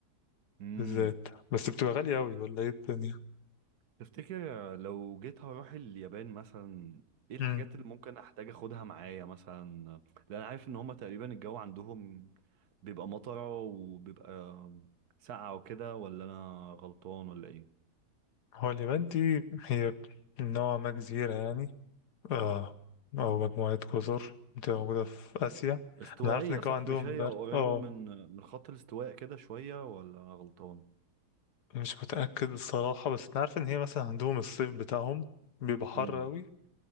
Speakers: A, on the right; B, on the left.
A: مم.
B: بالذات بس بتبقى غالية اوي ولا ايه الدنيا
A: تفتكر لو جيت هروح اليابان مثلا ايه الحاجات
B: امم
A: اللي ممكن احتاج اخدها معايا مثلا لان انا عارف ان هما تقريبا الجو عندهم بيبقى مطرة وبيبقى ساقعة وكده ولا انا غلطان ولا ايه
B: هو اليابان دي هي نوع ما جزيرة يعني اه او مجموعة جزر بتبقى موجودة في اسيا
A: استوائية
B: انا عارف ان الجو
A: صح
B: عندهم
A: مش هي
B: بارد
A: قريبة
B: اه
A: من من خط الاستواء كده شوية ولا انا غلطان
B: مش متأكد الصراحة بس انا عارف ان هي مثلا عندهم الصيف بتاعهم بيبقى حر
A: امم
B: اوي